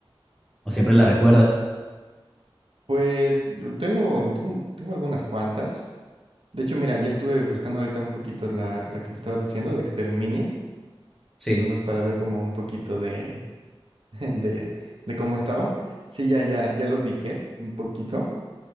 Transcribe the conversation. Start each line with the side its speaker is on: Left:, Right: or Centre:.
Centre: o siempre la recuerdas?
Right: Pues tengo, tengo, tengo algunas cuantas. De hecho, mira, ya estuve buscando ahorita un poquito la, la que me estabas diciendo de Exterminio,
Centre: Sí,
Right: nada más para ver como un poquito de, <laughs> de, de cómo estaba. Sí, ya, ya, ya lo ubiqué un poquito.